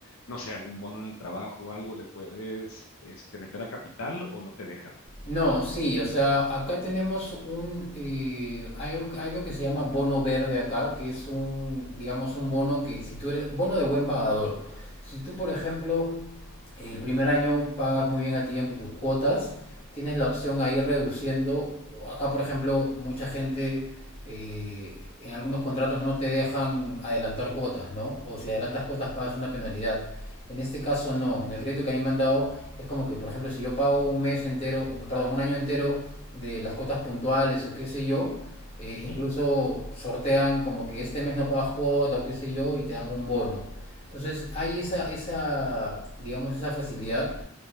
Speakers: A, on the left; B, on the left.
A: no sé, algún bono en el trabajo o algo, ¿le puedes este, meter a capital o no te dejan?
B: No, sí, o sea, acá tenemos un, eh, hay algo algo que se llama bono verde acá, que es un, digamos, un bono que si tú eres, bono de buen pagador. Si tú, por ejemplo, el primer año pagas muy bien a tiempo tus cuotas, tienes la opción a ir reduciendo. Acá, por ejemplo, mucha gente... eh, en algunos contratos no te dejan adelantar cuotas, ¿no? O si adelantas cuotas pagas una penalidad. En este caso no, en el crédito que a mí me han dado es como que, por ejemplo, si yo pago un mes entero, perdón, un año entero de las cuotas puntuales o qué sé yo, eh,
A: Ujú.
B: incluso sortean como que este mes no pagas cuota o qué sé yo y te dan un bono. Entonces hay esa, esa digamos, esa facilidad